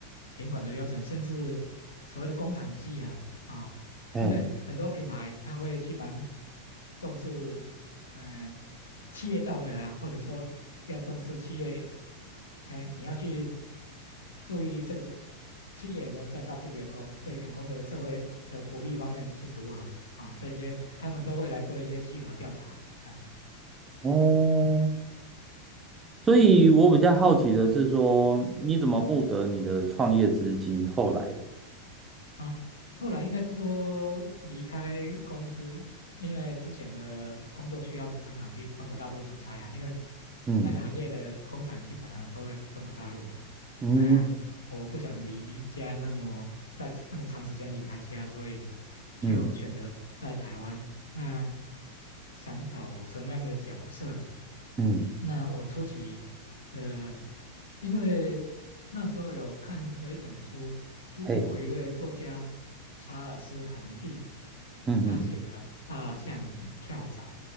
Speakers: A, on the left; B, on the right.
A: 品管的流程，甚至所谓的工厂稽核啊、
B: 哎，
A: 因为很多品牌他会去蛮重视，嗯、企业道德啊，或者说要重视企业，哎，你要去注意这个企业我们在照顾员工，对员工的社会的福利方面是如何啊、这些他们都会来做一些稽核调查。哎
B: 哦，所以我比较好奇的是说，你怎么募得你的创业资金？
A: 嗯
B: 后来，
A: 啊，后来应该是说离开公司，因为之前的工作需要常常去中国大陆出差啦，因为
B: 嗯
A: 那个行业的工厂基本上都在中国大陆了。
B: 嗯。
A: 那我不想离家那么在那么长时间离开家，所以就选择在台湾。
B: 嗯
A: 那想找什么样的角色？
B: 嗯，
A: 那我初期的，因为那时候有看了一本书，是英国一位作家查尔斯·
B: 嘿，
A: 韩蒂
B: 嗯嗯嗯
A: 他写的《大象与跳蚤》，